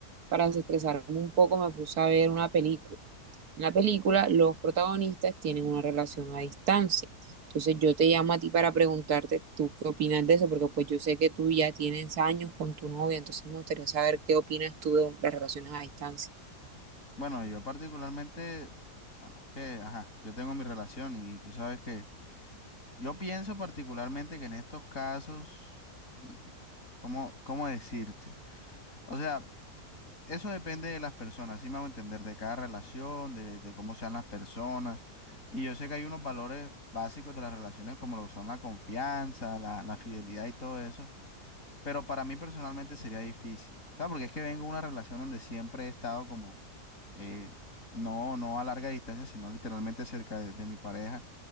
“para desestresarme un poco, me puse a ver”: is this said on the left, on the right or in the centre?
Right